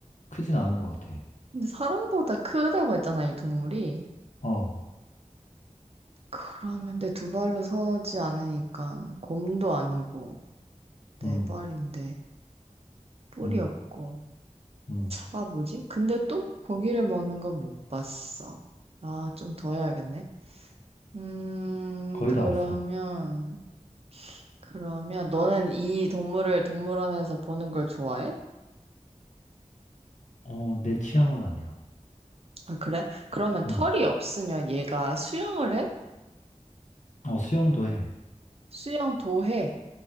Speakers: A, on the left (about 70°); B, on the right (about 50°).
A: 크진 않은 것 같아.
B: 근데 사람보다 크다고 했잖아, 이 동물이.
A: 어,
B: 그러면 내 두 발로 서지 않으니까 곰도 아니고 네
A: 음,
B: 발인데 뿔이
A: 음,
B: 없고.
A: 음.
B: 아, 뭐지? 근데 또 고기를 먹는 건 못 봤어. 아, 좀 더 해야겠네. 음,
A: 거의
B: 그러면,
A: 다 왔어.
B: 그러면 너는 이 동물을 동물원에서 보는 걸 좋아해?
A: 어, 내 취향은 아니야.
B: 아, 그래? 그러면
A: 음.
B: 털이 없으면 얘가 수영을 해?
A: 어, 수영도 해.
B: 수영도 해.